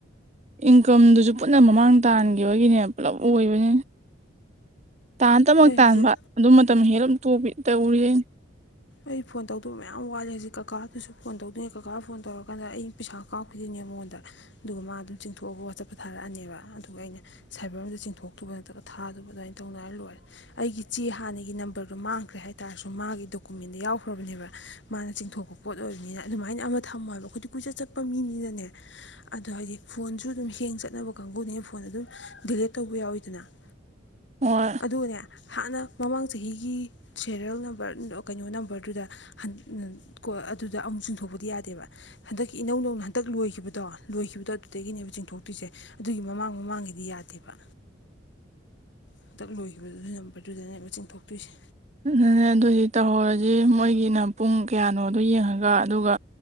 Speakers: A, on the right (about 35°); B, on the left (about 65°).
A: ꯏꯟꯀꯝꯗꯨꯁꯨ ꯄꯨꯟꯅ ꯃꯃꯥꯡ ꯇꯥꯟꯍꯈꯤꯕꯈꯤꯕꯒꯤꯅꯦ ꯄꯨꯂꯞ ꯑꯣꯏꯕꯅꯤꯅ ꯇꯥ ꯇꯃꯛ
B: ꯑꯩ
A: ꯇꯥꯟꯕ
B: ꯍꯧꯖꯤꯛ
A: ꯑꯗꯨ ꯃꯇꯝ ꯍꯦꯛꯂ ꯇꯧꯔꯤꯦꯅꯤ
B: ꯑꯩ ꯐꯣꯟ ꯇꯧꯗꯕ ꯃꯌꯥꯝ ꯋꯥꯠꯂꯦ ꯍꯧꯖꯤꯛ ꯀꯀꯥꯗꯨꯁꯨ ꯐꯣꯟ ꯇꯧꯗꯣꯏꯉ ꯀꯀꯥ ꯐꯣꯟ ꯇꯧꯔꯀꯥꯟꯗ ꯑꯩ ꯄꯩꯁꯥ ꯀꯥꯎꯞꯈꯤꯗꯣꯏꯅꯦ ꯃꯉꯣꯟꯗ ꯑꯗꯨꯒ ꯃꯥ ꯑꯗꯨꯝ ꯆꯤꯡꯊꯣꯛꯑꯒ ꯋꯥꯆꯞꯄ ꯊꯥꯔꯛꯑꯅꯦꯕ ꯑꯗꯨꯒ ꯑꯩꯅ ꯁꯥꯏꯕꯔ ꯑꯃꯝꯗ ꯆꯤꯡꯊꯣꯛꯇꯕ ꯅꯠꯇ꯭ꯔꯒ ꯊꯥꯗꯕ ꯑꯗꯨꯃꯥꯏꯅ ꯇꯧꯅ ꯍꯥꯏꯔ ꯂꯣꯏꯔꯦ ꯑꯩꯒꯤ ꯆꯦ ꯍꯥꯟꯅꯒꯤ ꯅꯝꯕꯔꯗꯨꯣ ꯃꯥꯡꯈ꯭ꯔꯦ ꯍꯥꯏꯇꯥꯔꯁꯨ ꯃꯥꯒꯤ ꯗꯣꯀꯨꯃꯦꯟꯗ ꯌꯥꯎꯈ꯭ꯔꯕꯅꯦꯕ ꯃꯥꯅ ꯆꯤꯡꯊꯣꯛꯄ ꯄꯣꯠ ꯑꯣꯏꯕꯅꯤꯅ ꯑꯗꯨꯃꯥꯏꯅ ꯑꯃ ꯊꯝꯃꯣ ꯍꯥꯏꯕ ꯑꯩꯈꯣꯏ ꯀꯨꯏꯆꯠ ꯆꯠꯄ ꯃꯤꯅꯤꯅꯅꯦ ꯑꯗꯣ ꯍꯥꯏꯗꯤ ꯐꯣꯟꯁꯨ ꯑꯗꯨꯝ ꯍꯦꯡ ꯆꯠꯅꯕ ꯀꯥꯡꯕꯨꯅꯦ ꯐꯣꯟ ꯑꯗꯨꯝ ꯗꯤꯂꯦꯠ ꯇꯧꯕ ꯌꯥꯎꯋꯤꯗꯅ <unintelligible>
A: ꯍꯣꯏ꯫
B: ꯑꯗꯨꯒꯅꯦ ꯍꯥꯟꯅ ꯃꯃꯥꯡ ꯆꯍꯤꯒꯤ ꯁꯦꯔꯤꯜ ꯅꯝꯕꯔ ꯀꯩꯅꯣ ꯅꯝꯕꯔꯗꯨꯗ ꯍꯟ ꯎꯝ ꯀꯣ ꯑꯗꯨꯗ ꯑꯃꯨꯛ ꯆꯤꯡꯊꯣꯛꯄꯗꯤ ꯌꯥꯗꯦꯕ꯫ ꯍꯟꯗꯛꯀꯤ ꯏꯅꯧ ꯅꯧꯅ ꯍꯟꯗꯛ ꯂꯣꯏꯈꯤꯕꯗꯣ ꯂꯣꯏꯈꯤꯕꯗꯣ ꯑꯗꯨꯗꯒꯤꯅꯦꯕ ꯆꯤꯡꯊꯣꯛꯇꯣꯏꯁꯦ꯫ ꯑꯗꯨꯒꯤ ꯃꯃꯥꯡ ꯃꯃꯥꯡꯒꯤꯗꯤ ꯌꯥꯗꯦꯕ꯫ ꯍꯟꯗꯛ ꯂꯣꯏꯈꯤꯕꯗꯨ ꯅꯝꯕꯔꯗꯨꯗꯅꯦ ꯆꯤꯡꯊꯣꯛꯇꯣꯏꯁꯦ꯫
A: ꯎꯝ ꯑꯗꯨꯏꯗꯤ ꯇꯧꯍꯧꯔꯁꯤ ꯃꯣꯏꯒꯤꯅ ꯄꯨꯡ ꯀꯌꯥꯅꯣꯗꯣ ꯌꯦꯡꯉꯒ ꯑꯗꯨꯒ